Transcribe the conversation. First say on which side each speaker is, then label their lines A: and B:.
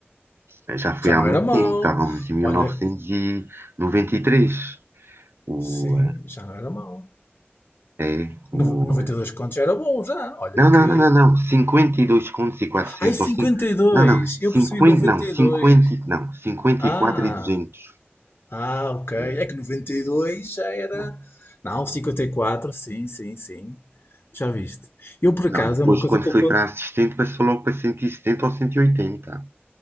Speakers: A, on the right (about 65°); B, on the left (about 55°).
A: eh, já foi
B: Já
A: há
B: não
A: muito
B: era mau.
A: tempo, estávamos em mil
B: Olha
A: novecentos
B: que...
A: e noventa e três o,
B: Sim, já não era mau.
A: eh, é, o,
B: Nove- 92 contos era bom já. Olha
A: Não, não,
B: que.
A: não, não, não. 52 contos e 400
B: Ai, cinquenta
A: ou 5.
B: e dois
A: Não, não.
B: Eu
A: Cinquenta,
B: percebi noventa
A: não. Cinquenta
B: e dois
A: e- não. Cinquenta
B: Ah,
A: e 200.
B: ah, ok.
A: É,
B: É que 92 já era.
A: não.
B: Não, cinquenta e quatro sim, sim, sim. Já viste. Eu, por acaso,
A: Não, depois
B: é uma coisa
A: quando
B: que eu
A: foi
B: conto.
A: para assistente passou logo para 170 ou 180.